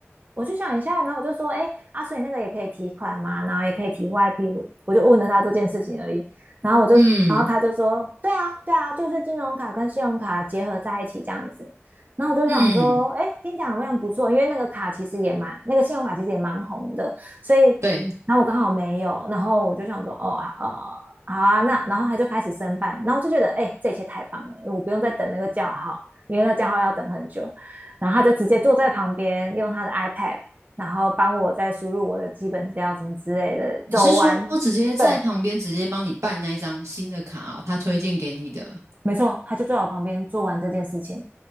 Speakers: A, on the right; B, on the right.
A: 我就想一下，然后我就说，哎，阿水那个也可以提款嘛，然后也可以提外币，我我就问了他这件事情而已。然后我就，
B: 嗯。
A: 然后他就说，对啊，对啊，就是金融卡跟信用卡结合在一起这样子。然后我就想说，
B: 嗯，
A: 哎，听起来好像不错，因为那个卡其实也蛮，那个信用卡其实也蛮红的，所以，
B: 对，
A: 然后我刚好没有，然后我就想说，哦，啊呃。好啊，那然后他就开始申办，然后我就觉得，哎、这一切太棒了，我不用再等那个叫号，因为那叫号要等很久。然后他就直接坐在旁边，用他的 iPad，然后帮我再输入我的基本资料什么之类的，
B: <laughs> 你是说直接在旁边直接帮你办那一张新的卡哦，
A: 走完。对，
B: 他推荐给你的。
A: 没错，他就坐在我旁边做完这件事情，